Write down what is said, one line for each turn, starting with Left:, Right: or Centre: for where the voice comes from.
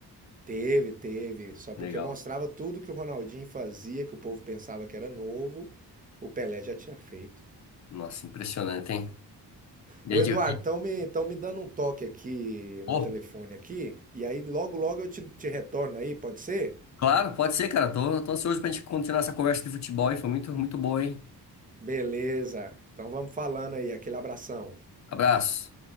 Right: Teve, teve, só porque
Left: Legal.
Right: mostrava tudo que o Ronaldinho fazia, que o povo pensava que era novo, o Pelé já tinha feito.
Left: Nossa, impressionante, hein? E
Right: Ô
Left: aí,
Right: Eduardo,
Left: de-
Right: estão me, tão me dando um toque aqui
Left: Pô,
Right: no telefone aqui, e aí logo logo eu te, te retorno aí, pode ser?
Left: claro, pode ser, cara. Tô, tô ansioso pra gente continuar essa conversa de futebol, e Foi muito, muito boa, hein?
Right: Beleza, então vamos falando aí, aquele abração.
Left: Abraço.